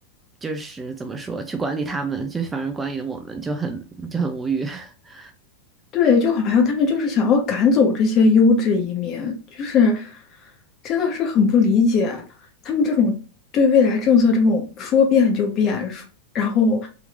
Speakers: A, on the right; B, on the left.
A: 就是怎么说，去管理他们，就反而管理我们，就很就很无语。<laughs>
B: 对，就好像他们就是想要赶走这些优质移民，就是真的是很不理解他们这种对未来政策这种说变就变，说然后